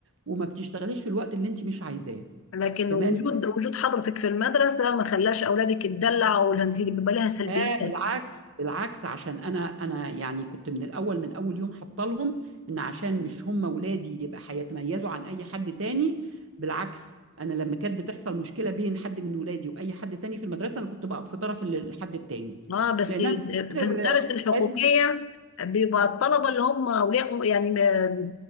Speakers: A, on the right; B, on the left.
A: وما بتشتغليش في الوقت اللي أنت مش عايزاه
B: لكن
A: كمان
B: وجود وجود حضرتك في المدرسة ما خلاش أولادك تدلع ولا بيبقى لها سلبيات
A: اه بالعكس بالعكس عشان انا انا يعني كنت من الاول من اول يوم حاطه لهم ان عشان مش هم ولادي يبقى هيتميزوا عن اي حد تاني بالعكس انا لما كانت بتحصل مشكله بين حد من ولادي واي حد تاني في المدرسه انا كنت بقف في طرف ال- الحد التاني
B: اه بس
A: لان انا في الاخر
B: في المدارس
A: آه،
B: الحقوقيه
A: ولادي-
B: بيبقى الطلبه اللي هم اولياء يعني آه،